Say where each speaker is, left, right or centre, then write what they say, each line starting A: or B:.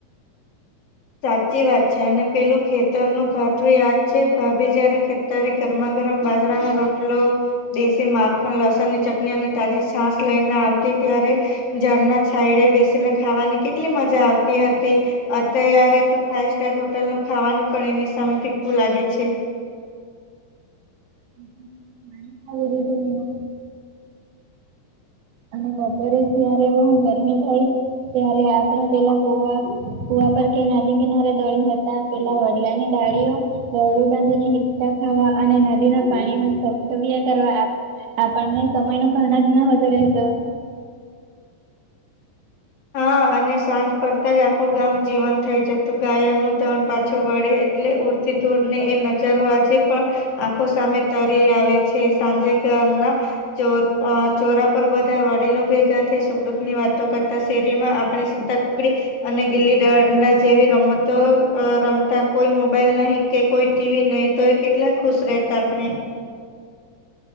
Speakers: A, on the left (about 50°); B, on the right (about 70°).
A: સાચી વાત છે અને પેલું ખેતર નું ભાથું યાદ છે ભાભી જયારે. અત્યારે ગરમા ગરમ બાજરાનો રોટલો દેશી માખણ લસણની ચટણી અને તાજી છાસ લઈને આવતી ત્યારે ઝાળના છાયડે બેસીને ખાવાની કેટલી મજા આવતી હતી. તય્યારે તો ફાાઈવ સ્ટાર હોટલનું ખાવાનું પણ એની સામે ફીકકું લાગે છે.
B: <unintelligible> અને બપોરે જયારે બહુ ગરમી થાય ત્યારે આપણે પેલા કુવા કૂવા પર કે નાદી કિનારે દોડી જતા. પેલા વડલાની ડાળીઓ. દોરડું બાંધીને હીચકા ખાવા અને નદીના પાણીમાં છબછબિયા કરવા આપે. આપણને સમય નો ભાણ જ નહોતો રહેતો.
A: હા અને સાંજ પડતા જ આખું ગામ જીવન થઈ જતું ગાય નું ધણ પાછું વળે. એટલે ઉડતી દોડને એ નજારો આજે પણ. આંખો સામે તરી આવે છે સાંજે ઘરના ચોર ચોરા પર બધા વડીલો ભેગા થઈ સુખદુઃખ ની વાતો કર તા શેરીમાં આપણે શતા કુકડી અને ગીલી દંડા જેવી રમતો રમતા કોઈ મોબાઈલ નહી કે કોઈ ટીવી નહી તો કેટલા ખુશ રહેતા આપણે.